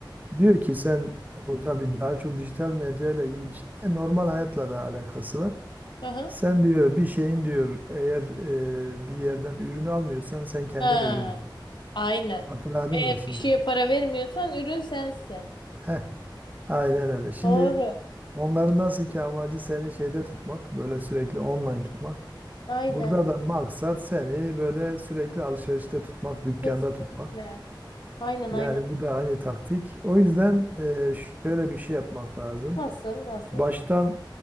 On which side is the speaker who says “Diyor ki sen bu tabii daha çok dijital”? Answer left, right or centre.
Right